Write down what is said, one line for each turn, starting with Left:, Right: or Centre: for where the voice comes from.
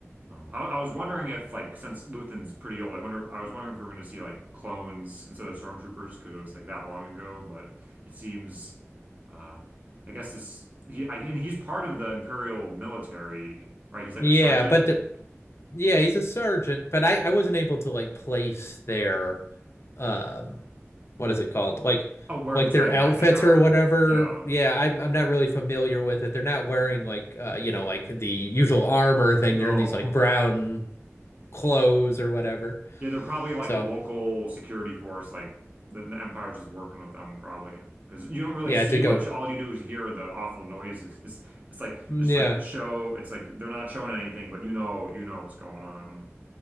Right: I, I was wondering if like since Luthen's pretty old, I wonder I was wondering if we were going to see like clones instead of stormtroopers because it was like that long ago. But it seems uh, I guess this he I, and he's part of the Imperial military, right? He's like
Left: Yeah,
Right: a sergeant.
Left: but the, yeah, he's a surgeon, but I I wasn't able to like place their um what is it called? Like
Right: Oh, where
Left: like
Right: in the timeline
Left: their outfits
Right: they are?
Left: or whatever.
Right: Yeah.
Left: Yeah, I'm I'm not really familiar with it. They're not wearing like uh you know like the usual armor thing.
Right: No.
Left: They're in these like brown clothes or whatever.
Right: Yeah, they're probably like
Left: So,
Right: local security force, like the, the Empire's just working with them probably. Because you don't really
Left: yeah,
Right: see
Left: to go
Right: much. All you do is hear the awful noises. <laughs> It's, it's like
Left: yeah.
Right: just like show. It's like they're not showing anything, but you know, you know what's going on.